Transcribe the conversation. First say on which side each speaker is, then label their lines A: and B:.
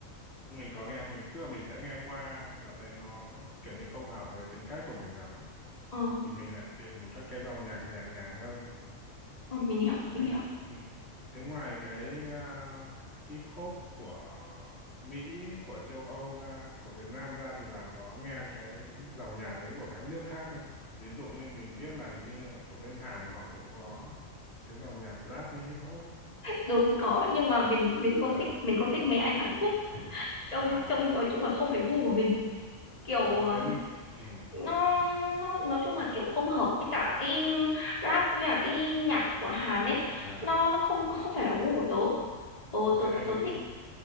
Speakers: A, on the left (about 50°); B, on the left (about 30°).
A: mình có nghe mình tức là mình sẽ nghe qua và thấy nó kiểu như không hợp với tính cách của mình lắm
B: ờ,
A: thì mình lại tìm các cái dòng nhạc nhẹ nhàng hơn
B: ờ, mình hiểu
A: thế, thế,
B: mình hiểu
A: ừ. thế ngoài cái à, hip hop của Mỹ của châu Âu ra của Việt Nam ra thì bạn có nghe cái dòng nhạc đấy của các nước khác không ví dụ như mình biết là hình như của bên Hàn họ cũng có cái dòng nhạc rap với hip hop
B: đúng có nhưng mà mình mình không
A: à
B: thích mình không thích mấy anh Hàn Quốc trông
A: à
B: trông nói chung là không phải gu của mình kiểu
A: ờ,
B: ờ,
A: thế ừ,
B: nó nó nói chung là kiểu không hợp với cả cái rap với cả cái nhạc của Hàn ấy
A: à,
B: nó nó không nó không phải là gu của tớ tớ
A: mấy
B: tớ
A: anh
B: tớ
A: đấy
B: thích